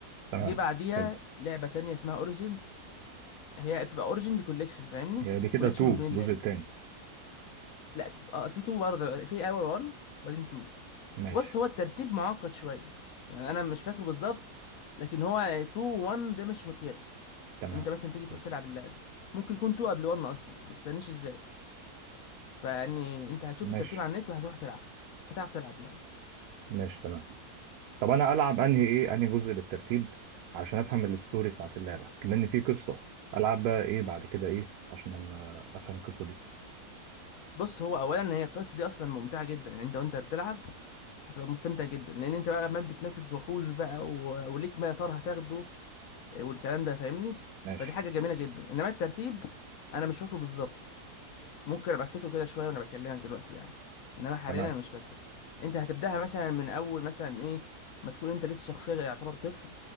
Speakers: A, on the right; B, on the left.
A: تمام
B: جه بعديها
A: حلو
B: لعبه تانية اسمها اوريجينز هي بتبقى اوريجينز كوليكشن فاهمني
A: يعني دي كده
B: كوليكشن
A: 2
B: بين
A: الجزء
B: اللعبتين
A: التاني
B: لا تبقى- اه في تو برضه في اول 1 وبعدين 2
A: ماشي
B: بص هو الترتيب معقد شويه يعني انا مش فاكره بالظبط لكن هو 2 1 ده مش مقياس
A: تمام
B: انت مثلا تيجي تروح
A: حلو.
B: تلعب اللعبه ممكن يكون 2 قبل 1 اصلا ما تستناش ازاي فيعني انت هتشوف
A: ماشي
B: الترتيب على النت وهتروح تلعب هتعرف تلعب يعني
A: ماشي تمام طب انا العب انهي ايه انهي جزء بالترتيب عشان افهم الستوري بتاعت اللعبه بما ان في قصه العب بقى ايه بعد كده ايه عشان لما افهم القصه دي
B: بص هو اولا هي القصه دي اصلا ممتعه جدا يعني انت وانت بتلعب هتبقى مستمتع جدا لان انت بقى عمال بتنافس وحوش بقى و... وليك ما يا ترى هتاخده اه، والكلام ده فاهمني
A: ماشي
B: فدي حاجه جميله جدا انما الترتيب انا مش فاكره بالظبط ممكن ابقى افتكره كده شويه وانا بكلمك دلوقتي يعني انما حاليا
A: تمام
B: انا مش فاكره انت هتبداها مثلا من اول مثلا ايه ما تكون انت لسه شخصيه يعتبر طفل